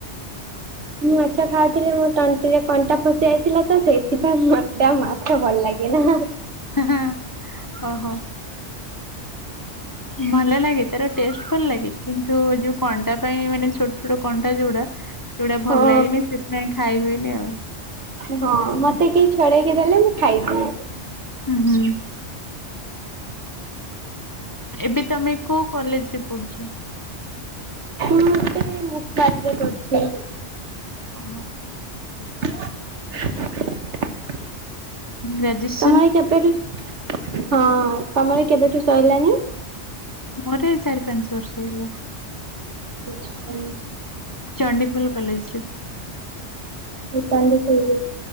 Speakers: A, on the right; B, on the left.
A: ମୁଁ ମାଛ ଖାଉଥିଲି ମୋ ତଣ୍ଟିରେ କଣ୍ଟା ଫସି ଯାଇଥିଲା ତ ସେଇଥିପାଇଁ ମତେ ଆଉ ମାଛ ଭଲ ଲାଗେ ନା।
B: <inaudible> ଓହୋ
A: <unintelligible>
B: ଭଲ ଲାଗେ ତାର ଟେଷ୍ଟ ଭଲ ଲାଗେ କିନ୍ତୁ ଯୋଉ କଣ୍ଟା ପାଇଁ ମାନେ ଛୋଟ ଛୋଟ କଣ୍ଟା ଯୋଉଡା ସେଗୁଡା ଭଲ
A: ହଁ
B: ଲାଗେନି ସେଥିପାଇଁ ଖାଇ ହୁଏନି ଆଉ।
A: ହଁ ମତେ କେହି ଛଡେଇକି ଦେଲେ ମୁଁ ଖାଇଦିଏ।
B: ହୁଁ ହୁଁ। ଏବେ ତମେ କୋଉ କଲେଜରେ ପଢୁଛ?
A: ହୁଁ ସେ ମୁଖ କାର୍ଯ୍ୟ କରୁଛି।
B: ଓହୋ।
A: <unintelligible>
B: ଗ୍ରାଜୁଏସ
A: ତମର କେବେଠୁ ହଁ ତମର କେବେଠୁ ସରିଲାନି।
B: ମୋର ଚାରି ପାଞ୍ଚ ବର୍ଷ ହେଇଗଲାନି।
A: ଆଛା।
B: ଚଣ୍ଡିଖୋଲ କଲେଜରେ।
A: ମୋର ଆହୁରି